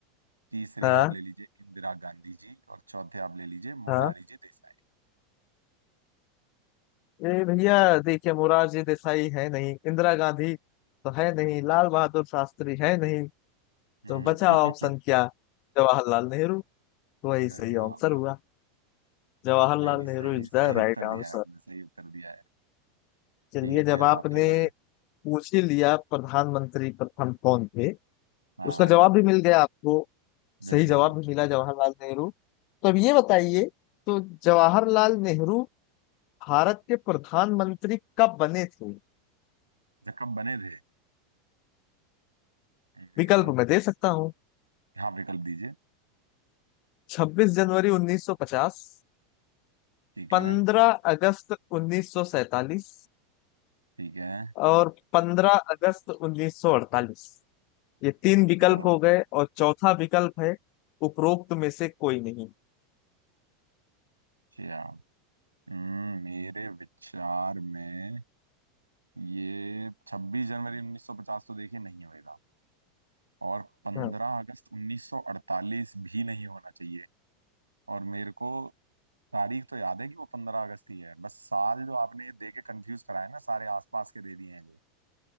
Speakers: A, on the right; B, on the left.
A: तीसरे
B: हाँ
A: आप ले लीजिए इंदिरा गांधी जी और चौथे आप ले लीजिए मुरारी
B: हाँ
A: जी देसाई
B: ए भैया देखिए मोरारजी देसाई है नहीं इंदिरा गांधी तो है नहीं लाल बहादुर शास्त्री है नहीं
A: हम्म
B: तो बचा ऑप्शन
A: <laughs>
B: क्या जवाहरलाल नेहरू वही
A: अरे
B: सही
A: वाह
B: आंसर
A: वाह
B: हुआ Jawaharlal
A: नहीं नहीं सही
B: Nehru is
A: सही
B: the
A: उत्तर
B: right
A: दिया
B: answer
A: है आपने सही उत्तर दिया है
B: चलिए
A: ठीक
B: जब
A: है आपकी
B: आपने
A: बारी
B: पूछ ही लिया प्रधानमंत्री प्रथम कौन थे
A: हाँ
B: उसका जवाब भी मिल गया आपको
A: बिल्कुल
B: सही जवाब भी मिला जवाहरलाल नेहरू तो अब ये बताइए तो जवाहरलाल नेहरू भारत के प्रधानमंत्री कब बने थे
A: अच्छा कब बने थे हम्म,
B: विकल्प मैं दे सकता हूँ
A: हाँ विकल्प दीजिए
B: छब्बीस जनवरी 1950
A: ठीक है
B: पंद्रह अगस्त 1947
A: ठीक है
B: और पंद्रह अगस्त 1948 ये तीन विकल्प
A: ओके
B: हो गए और चौथा विकल्प है उपरोक्त में से कोई नहीं
A: अच्छा हम्म, मेरे विचार में ये 26 जनवरी 1950 तो देखिए नहीं होएगा और 15
B: हाँ
A: अगस्त 1948 भी नहीं होना चाहिए और मेरे को तारीख तो याद है कि वो 15 अगस्त ही है बस साल जो आपने ये दे के कंफ्यूज कराया ना सारे आसपास के दे दिए हैं जो